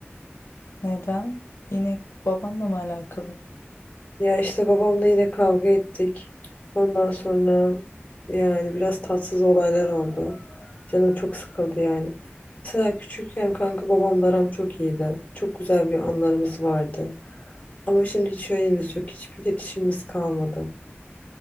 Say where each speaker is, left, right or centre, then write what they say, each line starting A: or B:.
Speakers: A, on the left (about 75°); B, on the left (about 30°).
A: Neden? Yine babanla mı alakalı?
B: Ya işte babamla yine kavga ettik. Ondan sonra yani biraz tatsız olaylar oldu. Canım çok sıkıldı yani. Mesela küçükken kanka babamla aram çok iyiydi. Çok güzel bir anlarımız vardı. Ama şimdi hiç şeyimiz yok. Hiçbir iletişimimiz kalmadı.